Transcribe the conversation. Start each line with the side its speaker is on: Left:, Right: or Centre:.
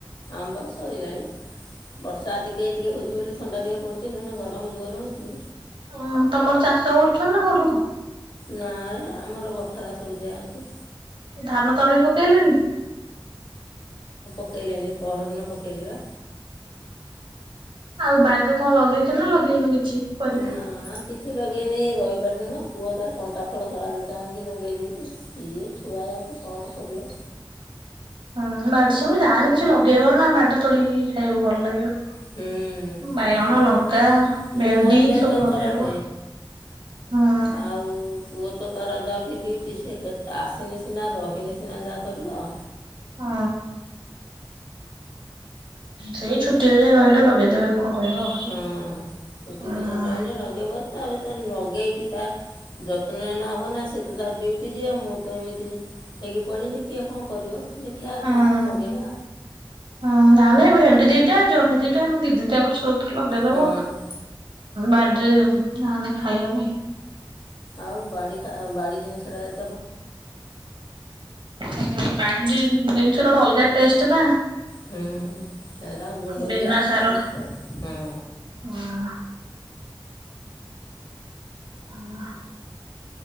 Left: ଆମ୍ବ ସରିଲାଣି। ବର୍ଷା ଟିକେ ଟିକେ ହଉଛି ବୋଲି ଥଣ୍ଡା ଟିକେ ପଡୁଛି ନହେନେ ଗରମ ଜୋର ହଉଛି।
Right: ହଁ ତମର ଚାଷ କରୁଛ ନା କରୁନ?
Left: ନା ରେ ଆମର ବଖରା ସବୁ ଦିଆହଉଛି।
Right: ଧାନ ତଳି ପକେଇଲେଣି?
Left: ପକେଇଲିଣି ପହର ଦିନ ପକେଇଲି ବା।
Right: ଆଉ ବାରିରେ କଣ ଲଗେଇଛ ନା ଲଗେଇନୁ କିଛି ପରିବା?
Left: ନା କିଛି ଲଗେଇନି ଏ ରଇବାର ଦିନ ପୁଅ ତାର କଣ୍ଟା ଫଳ ତଳା ଦିଟା ଆଣିକି ଲଗେଇ ଦେଇଛି କିଏ ଛୁଆ। ଆଉ ଆଉ ତ କଣ କରିବ।
Right: ହୁଁ ବାଡିରେ ସେମାନେ ଯାହା ହେନେ କିଛି ଲଗେଇବ ନା ବାଡିରେ ତୋଳିକି ଖାଇବାକୁ ଭଲ ଲାଗିବ।
Left: ହୁଁ
Right: ବାଇଗଣ, ଲଙ୍କା,
Left: ଏ
Right: ଭେଣ୍ଡି
Left: ମୋ ଦେହ
Right: ସବୁ
Left: ତ
Right: ଲଗେଇବ।
Left: ଖରାପ
Right: ହୁଁ।
Left: ଆଉ। ପୁଅ ତ ତାର ଯାଉଛି ଡ୍ୟୁଟି ସିଏ କେତେ ଆସିନେ ସିନା ରହିନେ ସିନା ଯାହା କରିବ।
Right: ହଁ। ସେଇ ଛୁଟିରେ ଯାଇ ରହିଲେ ଲଗେଇଦେବେ। କଣ କହିବ ଉଁ
Left: ହୁଁ ଛୁଟି
Right: ହୁଁ।
Left: ଦିନ ରହିନେ ଲଗେଇବ ତା ତାର ନଗେଇକି ତା ଯତ୍ନ ନେନେ ହବନା ସେ ତ ତାର ଡ୍ୟୁଟି ଯିବ ମୁଁ ତ ଏମିତି। ଇଏ ପଡ଼ିନି କିଏ କଣ କରିବ? ଦେଖିବା
Right: ହୁଁ
Left: ଯାହାହେଲେ ଲଗେଇବା
Right: ହଁ ନା ମ ଭେଣ୍ଡି ଦିଟା ଜହ୍ନି ଦିଟା ଏମିତି <unintelligible> ଲଗେଇଦବ
Left: ହଁ
Right: ବାଡ଼ିରେ ନା ନା ଖାଇବା ପାଇଁ
Left: ଆଉ ବାଡି ଖା ବାଡି ଜିନିଷ ଟା
Right: ହୁଁ ବାଡି ଡିନ୍ ଜିନିଷର ଗୋଟେ ଅଲଗା ଟେଷ୍ଟ ନା।
Left: ହୁଁ ହେରା ଗୁଣ୍ଡଦିଆ
Right: ବିନା ସାର
Left: ଜିନିଷ ହଁ।
Right: ହଁ ହାଆ